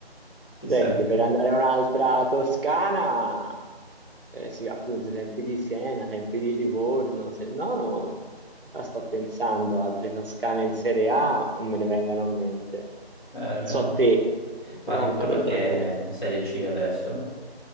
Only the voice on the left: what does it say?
Chissà,
eh,
nemmeno
a me.
Ma
Livorno
che
è la Serie C adesso?